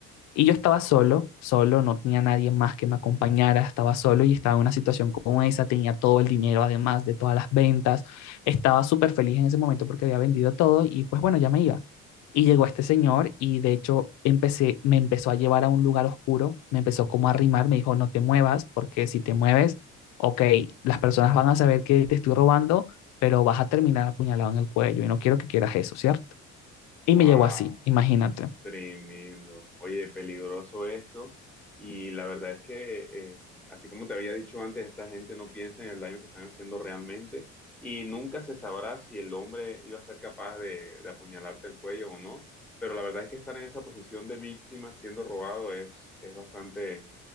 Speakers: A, on the left; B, in the centre.
A: Y yo estaba solo, solo, no tenía nadie más que me acompañara, estaba solo y estaba en una situación como esa, tenía todo el dinero además de todas las ventas, estaba súper feliz en ese momento porque había vendido todo y pues bueno, ya me iba. Y llegó este señor y de hecho empecé, me empezó a llevar a un lugar oscuro, me empezó como a arrimar, me dijo, no te muevas porque si te mueves, ok, las personas van a saber que te estoy robando, pero vas a terminar apuñalado en el cuello y no quiero que quieras eso, ¿cierto? Y
B: ¡Wow!
A: me llevó así, imagínate.
B: Tremendo. Oye, peligroso esto. Y la verdad es que, eh, así como te había dicho antes, esta gente no piensa en el daño que están haciendo realmente. Y nunca se sabrá si el hombre iba a ser capaz de, de apuñalarte el cuello o no. Pero la verdad es que estar en esa posición de víctima siendo robado es, es bastante